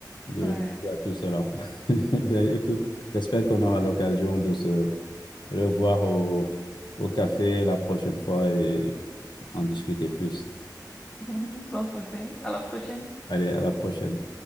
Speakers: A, on the left; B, on the left.
A: de
B: Ouais.
A: penser à tout cela. <laughs> Ben écoute, j'espère qu'on aura l'occasion de se revoir au, au café la prochaine fois et en discuter plus.
B: <laughs> Sans souci. À la prochaine.
A: Allez, à la prochaine.